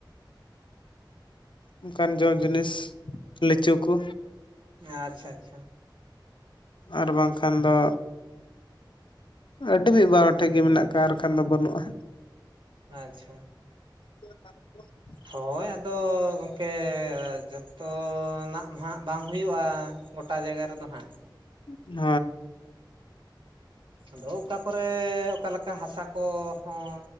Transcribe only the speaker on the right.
ᱟᱪᱪᱷᱟ ᱟᱪᱪᱷᱟ
ᱟᱪᱪᱷᱟ
ᱦᱳᱭ ᱟᱫᱚ ᱜᱚᱝᱠᱮ ᱡᱚᱛᱚ ᱱᱟᱜ ᱢᱟ ᱦᱟᱸᱜ ᱵᱟᱝ ᱦᱩᱭᱩᱜᱼᱟᱻ ᱜᱚᱴᱟ ᱡᱟᱭᱜᱟ ᱨᱮᱫᱚ ᱱᱟᱦᱟᱸᱜ᱾
ᱟᱫᱚ ᱚᱠᱟ ᱠᱚᱨᱮ ᱚᱠᱟᱞᱮᱠᱟ ᱦᱟᱥᱟ ᱠᱚᱦᱚᱸ